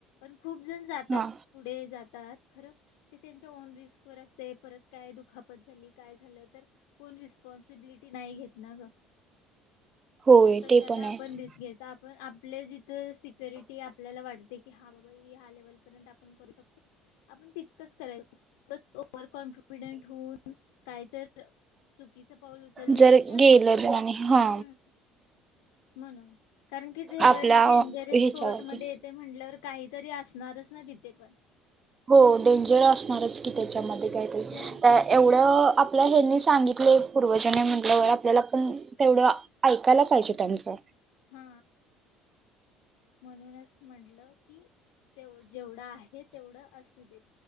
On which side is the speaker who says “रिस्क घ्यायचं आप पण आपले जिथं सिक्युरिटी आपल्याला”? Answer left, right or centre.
Left